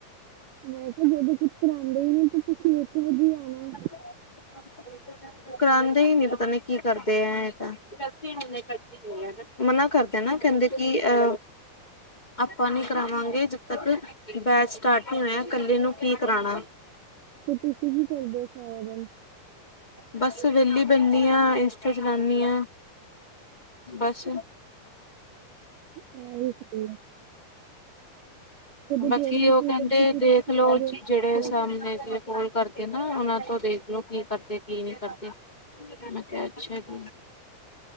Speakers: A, on the right (about 80°); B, on the left (about 15°).
A: ਮੈਂ ਕਿਹਾ ਜਦੋਂ ਕੁੱਛ ਕਰਾਉਂਦੇ ਹੀ ਨਹੀਂ ਤਾਂ ਤੁਸੀਂ ਇੱਕ ਵਜੇ ਆਣਾ।
B: <unintelligible> ਕਰਾਂਦੇ ਹੀ ਨੀ ਪਤਾ ਨੀ ਕੀ ਕਰਦੇ ਆ ਇਹ ਤਾਂ। ਮਨਾ ਕਰਦੇ ਨਾ ਕਹਿੰਦੇ ਕਿ ਅਹ ਆਪਾਂ ਨੀ ਕਰਾਵਾਂਗੇ ਜਦ ਤੱਕ ਬੈਚ ਸਟਾਰਟ ਨਹੀਂ ਹੋਇਆ ਕੱਲੀ ਨੂੰ ਕੀ ਕਰਾਉਣਾ।
A: ਤੇ ਤੁਸੀਂ ਕੀ ਕਰਦੇ ਹੋ ਸਾਰਾ ਦਿਨ?
B: ਬਸ ਵੈਹਲੀ ਬਹਿਨੀ ਹਾਂ। ਇੰਸਟਾ ਚਲਾਉਣੀ ਹਾਂ। ਬੱਸ।
A: ਖਿਆਲ ਰੱਖਦੇ ਆ।
B: ਬਾਕੀ
A: ਟ੍ਰੇਨਿੰਗ
B: ਉਹ
A: ਪੀਰੀਅਡ
B: ਕਹਿੰਦੇ
A: ਚ ਕੁਛ
B: ਦੇਖਲੋ
A: ਖਾਓਗੇ
B: ਜਿਹੜੇ
A: ਨੀ ਤਾਂ ਫਿਰ
B: ਸਾਹਮਣੇ ਕਾਲ ਕਰਦੇ ਨਾ ਉਹਨਾਂ ਤੋਂ ਦੇਖਲੋ ਕੀ ਕਰਦੇ ਕੀ ਨਹੀਂ ਕਰਦੇ ਮੈਂ ਕਿਹਾ ਅੱਛਾ ਜੀ।